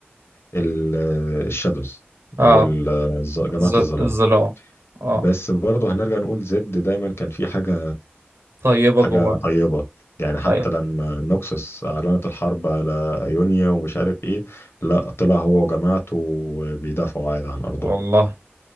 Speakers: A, on the left; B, on the right.
A: الشادوز
B: اه
A: او ال- الظ- جماعة
B: الظل-
A: الظلام
B: الظلام اه
A: بس برضه هنرجع نقول زد دايما كان في حاجة
B: طيبة
A: حاجة
B: جواه
A: طيبة يعني حتى
B: ايوه
A: لما نوكسوس أعلنت الحرب على أيونيا ومش عارف إيه لا طلع هو وجماعته بيدافعوا عادي عن أرضه
B: والله